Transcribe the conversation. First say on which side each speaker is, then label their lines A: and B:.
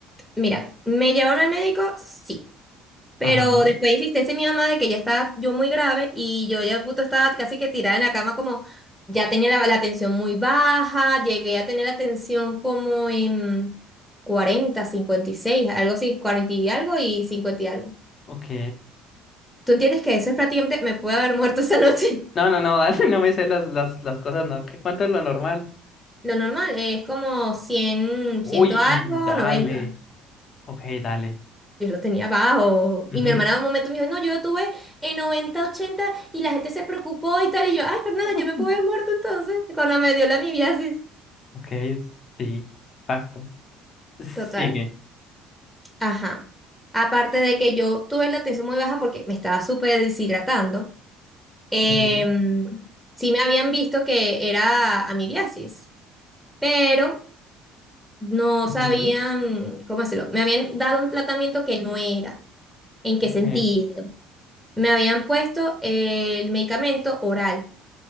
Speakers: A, in the centre; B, on the left.
A: Mira, ¿me llevaron al médico? Sí. Pero
B: Ajá.
A: después insistí mi mamá de que ya estaba yo muy grave y yo ya puto estaba casi que tirada en la cama como ya tenía la, la tensión muy baja, llegué a tener la tensión como en cuarenta, cincuenta y seis, algo así, 40 y algo y 50 y algo.
B: Ok.
A: ¿Tú entiendes que eso es prácticamente, me puede haber <laughs> muerto esa noche?
B: No, no, no, <laughs> dale, no me sé las, las, las cosas, ¿no? ¿Qué, cuánto es lo normal?
A: <laughs> Lo normal es como 100,
B: Uy,
A: 100 algo,
B: dale.
A: 90.
B: Ok, dale.
A: Yo lo tenía bajo.
B: Ujú.
A: Y mi hermana en un momento me dijo, no, yo lo tuve en 90 80 y la gente se preocupó y tal. Y yo, ay, Fernanda,
B: <laughs>
A: yo me pude haber muerto entonces cuando me dio la amibiasis.
B: Ok, sí, exacto. Sigue.
A: Total. Ajá. Aparte de que yo tuve la tensión muy baja porque me estaba súper deshidratando, em,
B: Ujú,
A: sí me habían visto que era amibiasis, pero no
B: ujú,
A: sabían, ¿cómo decirlo? Me habían dado un tratamiento que no era. ¿En qué
B: Ok,
A: sentido? Me habían puesto eh, el medicamento oral.